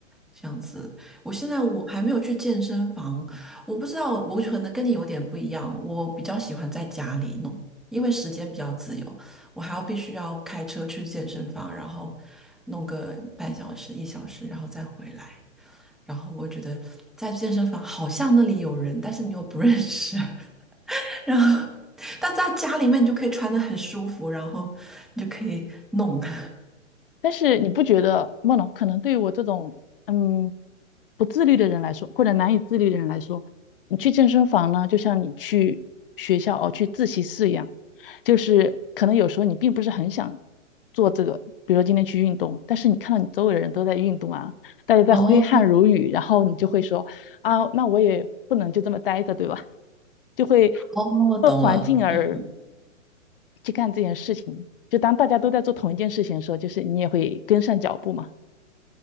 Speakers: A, in the centre; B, on the left (about 45°).
A: 这样子，我现在我还没有去健身房，我不知道，我可能跟你有点不一样，我比较喜欢在家里弄，因为时间比较自由，我还要必须要开车去健身房，然后弄个半小时、一小时，然后再回来。然后我觉得在健身房好像那里有人，但是你又不认识，<laughs> 然后但在家里面你就可以穿得很舒服，然后你就可以弄。<laughs>
B: 但是你不觉得梦龙可能对于我这种嗯不自律的人来说，或者难以自律的人来说，你去健身房呢，就像你去学校哦去自习室一样，就是可能有时候你并不是很想做这个，比如说今天去运动，但是你看到你周围的人都在运动啊，大家在挥汗如雨，
A: 哦，
B: 然后你就会说啊，那我也不能就这么待着，对吧？<laughs> 就会。
A: 哦，我懂了。
B: 环境而。
A: 嗯
B: 去干这件事情。就当大家都在做同一件事情的时候，就是你也会跟上脚步嘛。